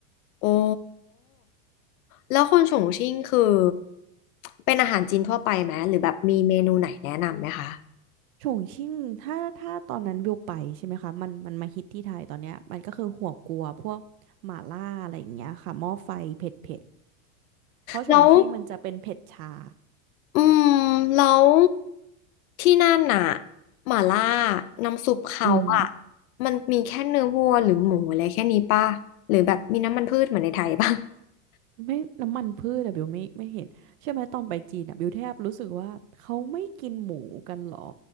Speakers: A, on the left; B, on the right.
A: โอ้แล้วคนโฉชิ่งคือเป็นอาหารจีนทั่วไปไหมหรือแบบมีเมนูไหนแนะนำไหมคะ
B: ฉงชิ่งถ้าถ้าตอนนั้นวิวไปใช่ไหมคะ มันมันมาฮิตที่ไทยตอนเนี้ยมันก็คือหัวกัวพวกหม่าล่าอะไรอย่างเงี้ยค่ะหม้อไฟเผ็ดเผ็ดเพราะฉงชิ่งมันจะเป็นเผ็ดชา
A: แล้วอืมแล้วที่นั่นน่ะหม่าล่าน้ำซุปเขาอะ
B: อือหือ
A: มันมีแค่เนื้อวัวหรือหมูอะไรแค่นี้ป่ะหรือแบบมีน้ำมันพืชเหมือนในไทยป่ะ <laughs>
B: ไม่น้ำมันพืชอะบิวไม่ไม่เห็นใช่อไหมตอนไปจีนอะบิวแทบรู้สึกว่าเขาไม่กินหมูกันหรอ